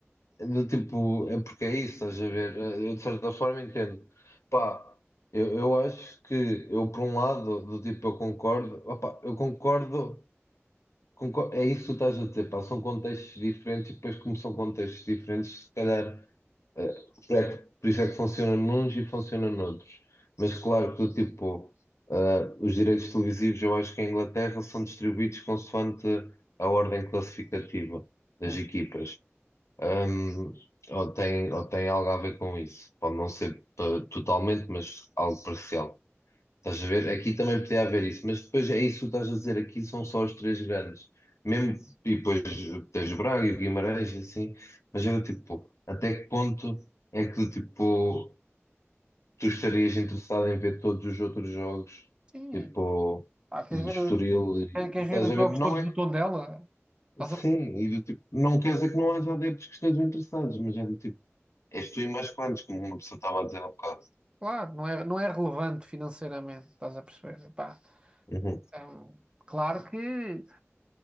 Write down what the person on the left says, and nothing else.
Do tipo, é porque é isso, estás a ver? Eh, Eu de certa forma entendo. Pá, eu, eu acho que eu por um lado, do tipo, eu concordo, opá, eu concordo, concor- é isso que tu estás a dizer, pá, são contextos diferentes e depois como são contextos diferentes, se calhar, eh, por é que- por isso é que funciona nuns e funciona noutros. Mas claro que do tipo, eh, os direitos televisivos eu acho que em Inglaterra são distribuídos consoante a ordem classificativa das
equipas. Hum, ou tem, ou tem algo a ver com isso. Pode não ser to- totalmente, mas algo parcial. Estás a ver? Aqui também podia haver isso, mas depois é isso que tu estás a dizer. Aqui são só os três grandes. Mesmo, e depois tens o Braga e o Guimarães e assim. Mas era tipo, até que ponto é que tipo, tu estarias interessado em ver todos os outros jogos?
Tipo,
do
Estoril. e-
Estás
a
ver? Não
é.
Sim,
e do tipo, não quer dizer que não haja adeptos que estejam interessados, mas é do tipo. És tu e mais quantos, como uma pessoa estava a dizer há bocado.
Uhum.